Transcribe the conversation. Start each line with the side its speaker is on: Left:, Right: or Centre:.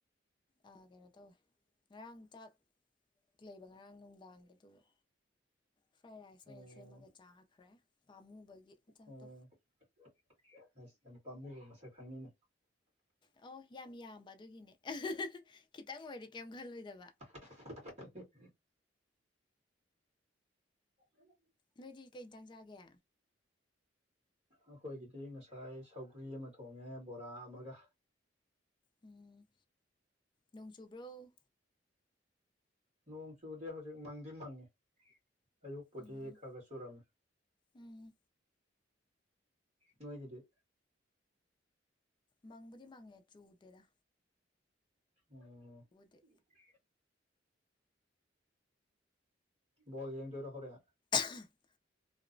Left: ꯑꯥ ꯀꯩꯅꯣ ꯇꯧꯋꯦ ꯉꯔꯥꯡ ꯆꯥꯛ ꯀ꯭ꯂꯩꯕ ꯉꯔꯥꯡ ꯅꯨꯡꯗꯥꯡꯒꯤ ꯗꯨꯒꯤ ꯐ꯭ꯔꯥꯏ ꯔꯥꯏꯁ
Right: ꯑꯣ
Left: ꯑꯣꯏꯅ ꯁꯦꯝꯃꯒ ꯆꯥꯈ꯭ꯔꯦ ꯄꯥꯝꯃꯨꯕꯒꯤ ꯆꯥꯛꯇꯣ
Right: ꯑꯣ <unintelligible> ꯑꯁ ꯌꯥꯝ ꯄꯥꯝꯃꯨꯕ ꯃꯁꯛ ꯈꯪꯉꯤꯅꯦ
Left: ꯑꯧ ꯌꯥꯝ ꯌꯥꯝꯕ ꯑꯗꯨꯒꯤꯅꯦ <unintelligible> ꯈꯤꯇꯪ ꯑꯣꯏꯔꯗꯤ ꯀꯦꯝ ꯈꯜꯂꯣꯏꯗꯕ
Right: <unintelligible> ꯍꯦ <unintelligible> <unintelligible>
Left: ꯅꯣꯏꯗꯤ ꯀꯩ ꯑꯟꯖꯥꯡ ꯆꯥꯒꯦ?
Right: ꯑꯈꯣꯏꯒꯤꯗꯤ ꯉꯁꯥꯏ ꯁꯧꯒ꯭ꯔꯤ ꯑꯃ ꯊꯣꯡꯉꯦ ꯕꯣꯔꯥ ꯑꯃꯒ꯫
Left: ꯎꯝ ꯅꯣꯡ ꯆꯨꯕ꯭ꯔꯣ?
Right: ꯅꯣꯡ ꯆꯨꯗꯦ ꯍꯧꯖꯤꯛ ꯃꯪꯗꯤ ꯃꯪꯉꯤ ꯑꯌꯨꯛꯄꯨꯗꯤ
Left: ꯎꯝ
Right: ꯈꯔ ꯈꯔ ꯆꯨꯔꯝ
Left: ꯎꯝ
Right: ꯅꯣꯏꯒꯤꯗꯤ?
Left: ꯃꯪꯕꯨꯗꯤ ꯃꯪꯉꯦ ꯆꯨꯗꯦꯗ
Right: ꯑꯣ
Left: ꯕꯨꯗꯤ
Right: <unintelligible> ꯕꯣꯜ ꯌꯦꯡꯗꯣꯏꯔꯣ ꯍꯧꯔꯦꯟ?
Left: <unintelligible>